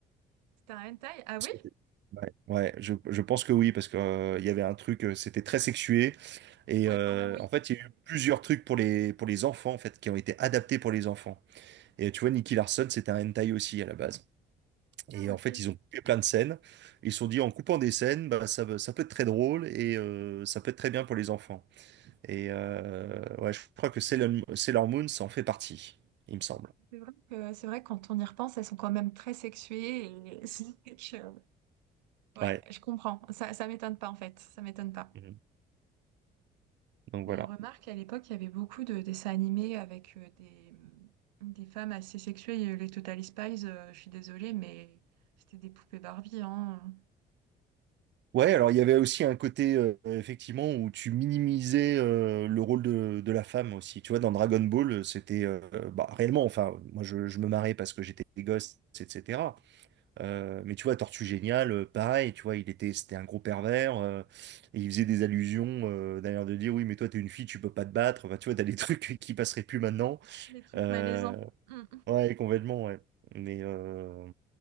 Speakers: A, on the right; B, on the right.
A: C'était un hentai? Ah
B: Parce
A: oui?
B: que- Ouais, ouais, je, je pense que oui, parce que euh, il y avait un truc, euh, c'était très sexué. Et
A: Ouais,
B: euh,
A: quand même, oui.
B: en fait, il y a eu plusieurs trucs pour les, pour les enfants, en fait, qui ont été adaptés pour les enfants. Et tu vois, Nicky Larson, c'était un hentai aussi à la base. Et
A: Ah, ok.
B: en fait, ils ont coupé plein de scènes. Ils se sont dit, en coupant des scènes, bah, ça, va- ça peut être très drôle et euh, ça peut être très bien pour les enfants. Et euh, ouais, je crois que Sailor, Sailor Moon, ça en fait partie, il me semble.
A: C'est vrai que, c'est vrai que quand on y repense, elles sont quand même très sexuées. Et... <laughs> c'est que, euh, Ouais,
B: Ouais.
A: je comprends. Ça, ça m'étonne pas, en fait. Ça m'étonne pas.
B: Mhm. Donc
A: Mais
B: voilà.
A: remarque, à l'époque, il y avait beaucoup de dessins animés avec euh, des, des femmes assez sexuées. Il y a eu les Totally Spies, euh, je suis désolée, mais c'était des poupées Barbie, hein.
B: Ouais, alors il y avait aussi un côté, euh, effectivement, où tu minimisais euh, le rôle de, de la femme aussi. Tu vois, dans Dragon Ball, c'était euh, bah, réellement, enfin, moi je, je me marrais parce que j'étais gosse, etc. Euh, mais tu vois, Tortue Géniale, euh, pareil, tu vois, il était, c'était un gros pervers, euh, et il faisait des allusions, euh, d'ailleurs, de dire, oui, mais toi, t'es une fille, tu peux pas te battre. Enfin, tu vois, t'as des <laughs> trucs qui passeraient plus maintenant.
A: Les trucs
B: Euh,
A: malaisants. Mm.
B: ouais, complètement, ouais. Mais, euh,